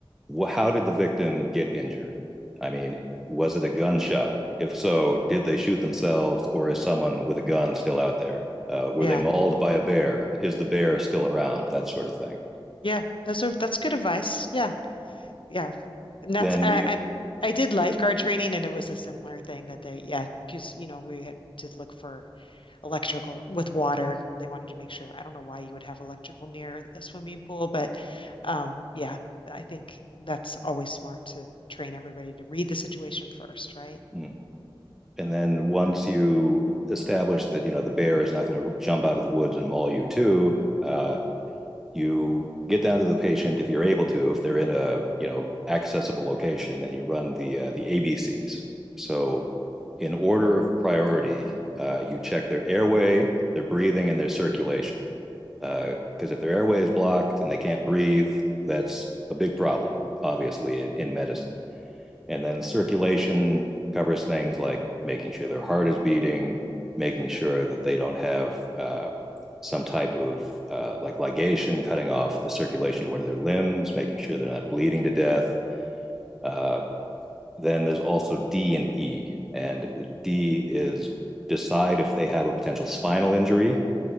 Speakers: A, in the centre; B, on the left.
A: wh- how did the victim get injured? I mean, was it a gunshot? If so, did they shoot themselves or is someone with a gun still out there? Uh, were
B: Yeah.
A: they mauled by a bear? Is the bear still around? That sort of thing.
B: Yeah. Those are that's good advice. Yeah. Yeah. And that's
A: Then
B: I,
A: you,
B: I I did lifeguard training and it was a similar thing that they yeah, because you know, we had to look for electrical with water. They wanted to make sure. I don't know why you would have electrical near a swimming pool, but um, yeah, I think that's always smart to train everybody to read the situation first, right?
A: mm. and then once you establish that, you know, the bear is not going to jump out of the woods and maul you too, uh, you get down to the patient if you're able to if they're in a you know accessible location and you run the uh, the abcs so in order of priority uh, you check their airway their breathing and their circulation because uh, if their airway is blocked and they can't breathe that's a big problem obviously in, in medicine and then circulation covers things like making sure their heart is beating, making sure that they don't have uh, some type of uh, like ligation cutting off the circulation of one of their limbs, making sure they're not bleeding to death. Uh, then there's also D and E. And D is decide if they have a potential spinal injury,